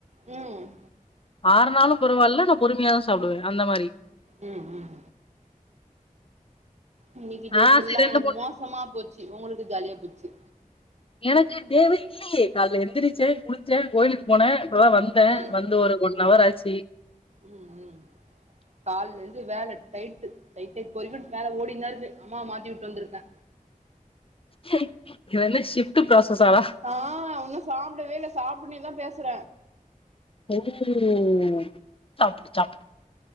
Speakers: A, on the right; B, on the left.
A: ம்
B: ஆறுநாளு பரவால்ல நா பொறுமையா தா சாப்புடுவே அந்த மாரி
A: ம் ம் இன்னிக்கி டே
B: ஆ
A: ஃபுல்லா
B: சரி ரெண்டு
A: எனக்கு மோசமா போச்சு உங்குளுக்கு ஜாலியா போச்சு
B: எனக்கு டே வே இல்லியே கால்ல எந்திரிச்சே குளிச்சே கோயிலுக்கு போனே இப்பதா வந்தே
A: ம்
B: வந்து ஒரு ஒன்னவர்
A: ம்
B: ஆச்சு
A: ம் ம் கால்லருந்து வேல டைட்டு <unintelligible> வேல ஓடிந்தா இருக்கு அம்மாவ மாத்தி விட்டு வந்திருக்கே
B: ஏ இது வந்து ஷிஃப்ட் ப்ராசசாடா
A: ஆ உன்னோ சாப்டவே இல்ல சாப்ட்டுனேதா பேசுற
B: வெறும் சாப்புடு சாப்புடு